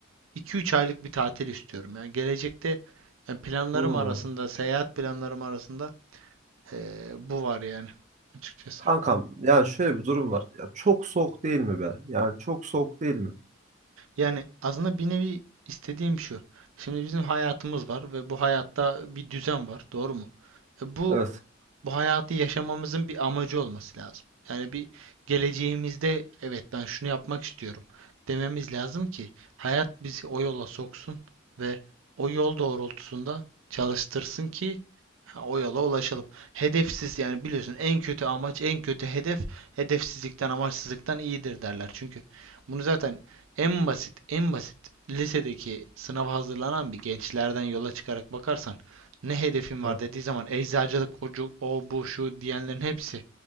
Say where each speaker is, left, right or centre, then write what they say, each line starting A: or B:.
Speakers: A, on the right (about 80°); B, on the right (about 35°).
A: 2-3 aylık bir tatil istiyorum. Yani gelecekte yani planlarım
B: Hmm.
A: arasında, seyahat planlarım arasında eee, bu var yani açıkçası.
B: Kankam yani şöyle bir durum var. Ya çok soğuk değil mi be? Yani çok soğuk değil mi?
A: Yani aslında bir nevi istediğim şu. Şimdi bizim hayatımız var ve bu hayatta bir düzen var, doğru mu? E, bu
B: Evet.
A: bu hayatı yaşamamızın bir amacı olması lazım. Yani bir geleceğimizde evet ben şunu yapmak istiyorum dememiz lazım ki hayat bizi o yola soksun ve o yol doğrultusunda çalıştırsın ki ha, o yola ulaşalım. Hedefsiz yani biliyorsun en kötü amaç, en kötü hedef hedefsizlikten, amaçsızlıktan iyidir derler. Çünkü bunu zaten en basit, en basit lisedeki sınava hazırlanan bir gençlerden yola çıkarak bakarsan ne hedefin var
B: Evet.
A: dediği zaman eczacılık, ocu, o bu şu diyenlerin hepsi